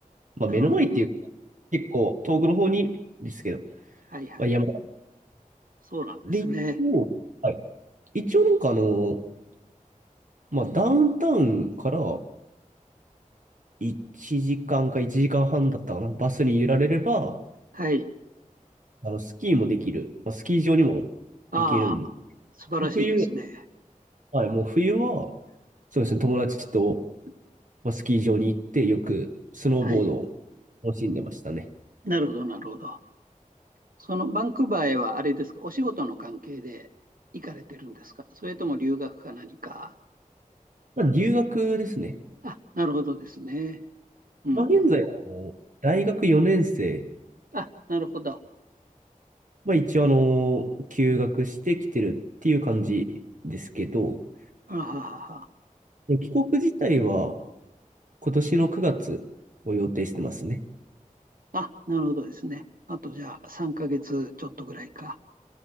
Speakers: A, on the right; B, on the right.
A: まあ目の前っていうか、
B: なるほどなるほど。
A: 結構遠くの方にですけど、
B: はいはい。
A: まあ、山。
B: そうなんですね。
A: で、一応、はい。一応なんかあの、まあダウンタウンから1時間か1時間半だったかな。バスに揺られれば、
B: はい。
A: あの、スキーもできる。まあ、スキー場にも行けるんで。
B: ああ、素晴らしいですね。
A: 冬、はい、もう冬は、そうですね、友達と、まあ、スキー場に行ってよくスノーボードを楽しんでましたね。
B: はい。なるほど、なるほど。そのバンクーバーへはあれですか、お仕事の関係で行かれてるんですかそれとも留学か何か。
A: まあ、留学ですね。
B: あ、なるほどですね。うんうんうん。
A: まあ、現在はあの大学4年生、
B: あ、なるほど。
A: まあ、一応あの休学してきてるっていう感じですけど、
B: あははは。
A: で帰国自体は今年の9月を予定してますね。
B: あ、なるほどですね。あとじゃあ3ヶ月ちょっとぐらいか。